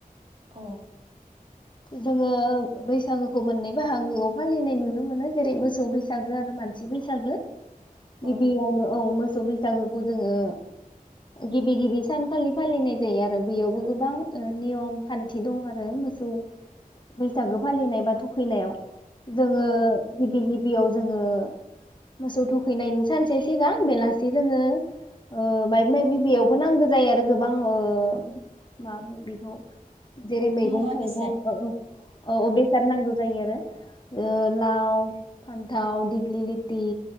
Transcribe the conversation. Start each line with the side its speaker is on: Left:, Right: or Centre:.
Right: औ
Left: जोङो बैसागोखौ मोननै बाहागोआव फालिनाय नुनो मोनो जेरै मोसौ बैसागो आरो मानसि बैसागो बिबियावनो
Right: औ
Left: औ मो मोसौ बैसागोखौ जोङो गिबि गिबि सानखालि फालिनाय जायो आरो बैयावबो गोबां नियम खान्थि दं आरो मोसौ बैसागो फालिनाय बा थुखैनायाव जोङो
Right: औ
Left: गिबि गिबि बेयाव जोङो मोसौ थुखैनायनि सानसे सिगां बेलासि जोङो ओ माबा माबि बेयावबो नांगौ जायो आरो ओ गोबां माबाफोर बेखौ जेरै मैगं
Right: मुवा
Left: थाइगं
Right: बेसाद
Left: ओ औ बेेसाद नां गौ‌ जायो आरो लाव फान्थाव दिग्लिलिथि